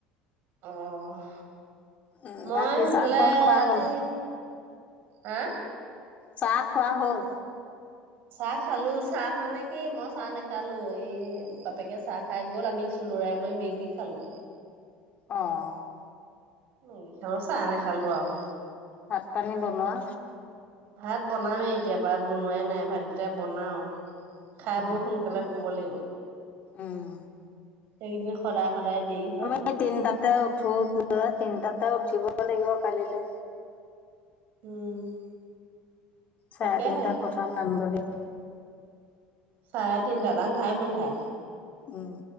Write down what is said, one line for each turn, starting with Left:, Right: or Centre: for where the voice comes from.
Right: অ'!
Left: উম
Right: মই
Left: বাকী
Right: সেইফালে,
Left: চাহ তাহ খোৱা
Right: আজি
Left: হ'ল?
Right: হা?
Left: চাহ খোৱা হ'ল?
Right: চাহ খালোঁ। চাহ মানে কি, মই চাহ নাখালোঁ। এই, বাপেকে চাহ খাই গ'ল, আমি চুনুৰাই মই মেগী খালোঁ।
Left: অ' অ'!
Right: মেগী খালোঁ, চাহ নেখালোঁ আৰু।
Left: ভাত-পানী বনোৱা?
Right: ভাত বনামেই এতিয়া, ভাত বনোৱাই নাই। ভাতকেইটা বনাও, খাই-বই
Left: উম
Right: সোনকালে শুব লাগিব।
Left: উম।
Right: এইকেইদিন সদায়-সদায় দেৰি হয়।
Left: এ, তিনটাতে উঠোঁ, তিনটাতে উঠিব লাগিব, কালিলৈ।
Right: উম!
Left: চাৰে
Right: তাকেহে
Left: তিনটাত পথাৰত নামিব লাগিব।
Right: চাৰে তিনটাত আন্ধাৰে- মোন্ধাৰে?
Left: উম!